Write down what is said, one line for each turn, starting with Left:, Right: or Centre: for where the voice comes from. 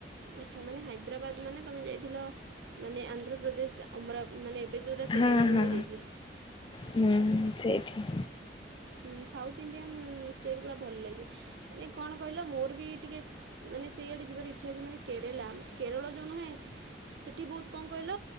Right: ଆଚ୍ଛା ମାନେ ହାଇଦ୍ରାବାଦ୍ ମାନେ ତମେ ଯାଇଥିଲ ମାନେ ଆନ୍ଧ୍ରପ୍ରଦେଶ ଆ ଆମରା ମାନେ ଏବେ ଯେଉଁଟା
Left: ହଁ
Right: ତେଲେଙ୍ଗାନା
Left: ହଁ
Right: ହେଇଯାଇଚି।
Left: ହୁଁ ସେଇଠି।
Right: ହୁଁ ସାଉଥ୍ ଇଣ୍ଡିଆନ୍ ଷ୍ଟେଟ୍ ଗୁଡ଼ା ଭଲ ଲାଗେ। ମାନେ କଣ କହିଲ ମୋରବି ଟିକେ ମାନେ ସେଇଆଡ଼େ ଯିବାର ଇଚ୍ଛା ଅଛି ମାନେ କେରଳା କେରଳ ଯୋଉ ନୁହେଁ ସେଠି ବହୁତ୍ କଁ କହିଲ